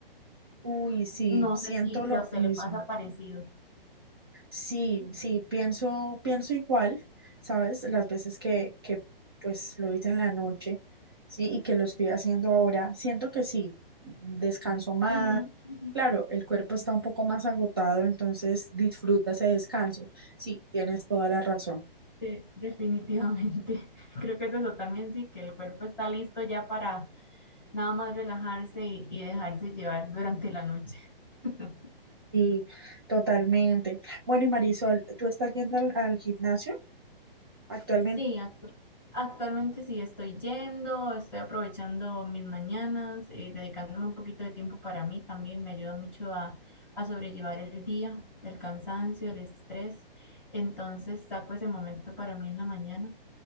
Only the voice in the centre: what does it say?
No
sé si,
si a usted
le pasa parecido.
Ujú, ujú.
Sí, definitivamente. <laughs> Creo que es eso también, sí, que el cuerpo está listo ya para nada más relajarse y, y dejarse llevar durante la noche. <laughs>
Sí, actu- actualmente sí estoy yendo, estoy aprovechando mis mañanas, eh, dedicándome un poquito de tiempo para mí también, me ayuda mucho a, a sobrellevar el día, el cansancio, el estrés. Entonces saco ese momento para mí en la mañana.